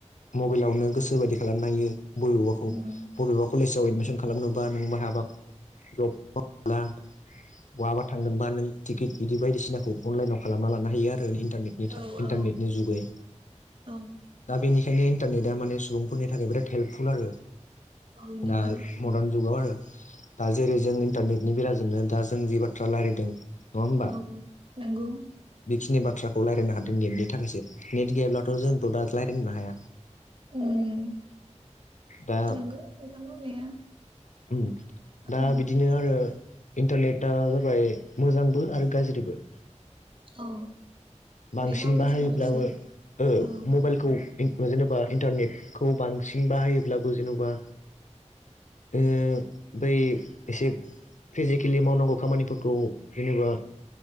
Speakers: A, on the left; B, on the right.
A: मबाइलावनो गोसो बायदि खालामनो हायो बबेबाखौ
B: उम
A: बबेबा कलेजाव एदमिसन खालामनोबा नों माहाबा जब मावनोब्ला बहाबा थांगोनबा नों टिकेट बिदि बायदिसिनाखौ अनलाइनाव खालामना लानो हायो आरो । इन्टारनेटनि
B: औ
A: इन्टरनेटनि
B: औ
A: जुगै
B: औ
A: दा बेनि बेखायनो इन्टारनेटा माने सुबुंफोरनि थाखाय बिराद हेल्पफुल आरो
B: औ नंगौ
A: दा मदार्न जुगाव आरो दा जेरै जों इन्टारनेटनि बेलाजोंनो दा जों जि बाथ्रा रायलायदों नङा होमबा
B: औ नंगौ
A: बेखिनि बाथ्रा खौ रायलायनो हादों नेटनि थाखायसो नेट गैयाब्लाथ' जोंथ' दा रायलायनोबो हाया
B: उम
A: दा
B: नंगौ नोंथां बुंनाया
A: उम दा
B: ओ
A: बिदिनो आरो इन्टारनेटा जाबाय मोजांबो आरो गाज्रिबो
B: औ
A: बांसिन
B: बे गावनि
A: बाहायोब्लाबो
B: सायावसो
A: ओ
B: औ
A: मबाइलखौ जेनेबा इन्टारनेटखौ बांसिन बाहायोब्लाबो जेन'बा ओ बै एसे फिजिकेलि मावनांगौ खामानिफोरखौ जेनेबा